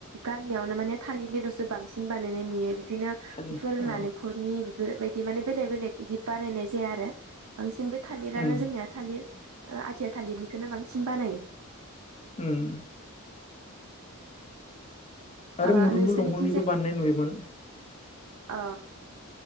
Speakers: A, on the right; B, on the left.
A: गामियावनो माने थालिरनिलसो बांसिन बानायनाय नुयो बिदिनो
B: थालि
A: बेफोर
B: औ
A: नालेंखल नि बेफोर बायदि माने बेलेग बेलेग इदि बानायनाय जाया आरो बांसिन बे थालिर थालिरानो
B: उम
A: जोंनिया थालिर ओ आथिया थालिरनिखौनो बांसिन बानायो।
B: उम। आरो
A: ओ
B: मुदुमफुल
A: नोंसोरनिथिंजाय
B: दंफांनिबो बानायनाय नुयोमोन।
A: अ।